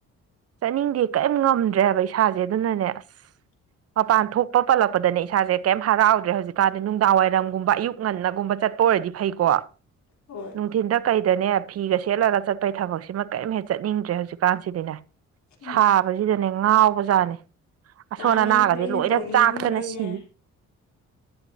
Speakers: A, on the right (about 55°); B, on the left (about 65°).
A: ꯆꯠꯅꯤꯡꯗꯦ ꯀꯔꯤꯝ ꯉꯝꯗ꯭ꯔꯦꯕ ꯏꯁꯥꯁꯦ ꯑꯗꯨꯅꯅꯦ ꯑꯁ
B: <inaudible>
A: ꯃꯄꯥꯟ ꯊꯣꯛꯄ ꯄꯜꯂꯛꯄꯗꯅꯦ ꯏꯁꯥꯁꯦ ꯀꯩꯝ ꯍꯔꯥꯎꯗ꯭ꯔꯦ ꯍꯧꯖꯤꯛꯀꯥꯟꯗꯤ ꯅꯨꯡꯗꯥꯡ ꯋꯥꯏꯔꯝꯒꯨꯝꯕ ꯑꯌꯨꯛ ꯉꯟꯅꯒꯨꯝꯕ ꯆꯠꯄ ꯑꯣꯏꯔꯗꯤ ꯐꯩꯀꯣ
B: ꯍꯣꯏ
A: ꯅꯨꯡꯊꯤꯟꯗ ꯀꯩꯗꯅꯦ ꯐꯤꯒ ꯁꯦꯠꯂꯒ ꯆꯠꯄꯩ ꯊꯕꯛꯁꯤꯃ ꯀꯔꯤꯝ ꯍꯦꯛ ꯆꯠꯅꯤꯡꯗ꯭ꯔꯦ ꯍꯧꯖꯤꯛꯀꯥꯟꯁꯤꯗꯤꯅꯦ
B: ꯎꯝ
A: ꯁꯥꯕꯁꯤꯗꯅꯦ ꯉꯥꯎꯕ ꯖꯥꯠꯅꯤ ꯑꯁꯣꯟ
B: ꯀꯥ ꯃꯅꯨꯡꯗꯩ
A: ꯑꯅꯥꯒꯗꯤ
B: ꯍꯦꯟꯇꯣꯛꯅꯤꯡꯉꯝꯃꯔꯣꯏꯅꯦ
A: ꯂꯣꯏꯅ ꯆꯥꯛꯇꯅ ꯁꯤꯅꯤ